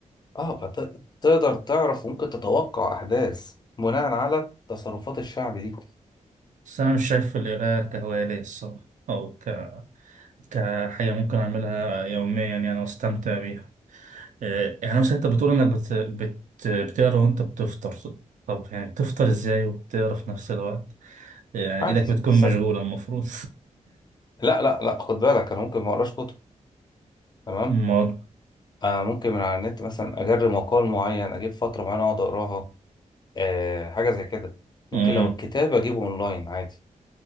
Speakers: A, on the left; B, on the right.
A: اه فت- تقدر تعرف وممكن تتوقع احداث بناء على تصرفات الشعب دي
B: بس أنا مش شايف القراءة كهواية الصراحة أو ك... كحاجة ممكن أعملها يوميا يعني وأستمتع بيها آه، يعني مثلا أنت بتقول إنك بت... بت... بتقرا وأنت بتفطر طب يعني بتفطر إزاي وبتقرا في نفس الوقت يعني
A: عادي
B: إيدك بتكون
A: سن...
B: مشغولة المفروض
A: لا لا لا خد بالك انا ممكن ما اقراش كتب تمام
B: <laughs>
A: آه ممكن من على النت مثلا اجرب مقال معين اجيب فتره معينه اقعد اقراها آه حاجه زي كده ممكن
B: مم.
A: لو الكتاب اجيبه اونلاين عادي